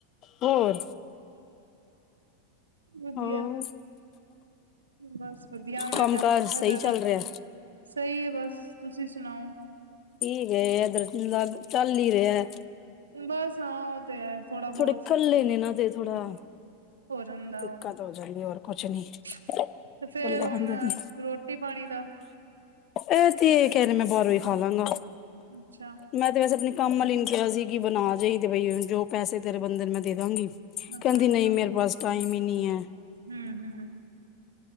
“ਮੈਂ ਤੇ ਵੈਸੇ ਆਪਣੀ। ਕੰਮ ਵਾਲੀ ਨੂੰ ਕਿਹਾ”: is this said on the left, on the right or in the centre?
Left